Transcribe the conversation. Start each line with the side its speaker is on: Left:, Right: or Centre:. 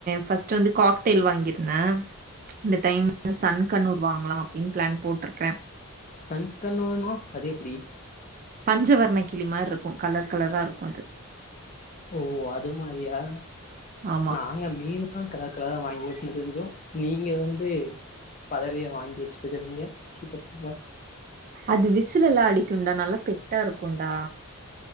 Right: ஃபர்ஸ்ட் வந்து காக் டெயில் வாங்கிருந்தே இந்த டைம் சன் கண்ணூர் வாங்லா அப்டின் பிளான் போட்ருக்
Left: சன்கண்ணூர்னோ அது எப்டி
Right: பஞ்சவர்ண கிளி மார்ருக்கு கலர் கலரா இருக்கு அது
Left: ஓ அது மாரியா
Right: ஆமா.
Left: நாங்க மீனு ஆ கலர் கலர் வாங்கி வுட்னு திரிஞ்சோ நீங்க வந்து பதவிய வாங்கி வச்சுட்டுக்குறீங்க சிகப்புங்க
Right: அது விசிலெல்லா அடிக்குண்டா நல்லா பெட்டா இருக்குண்டா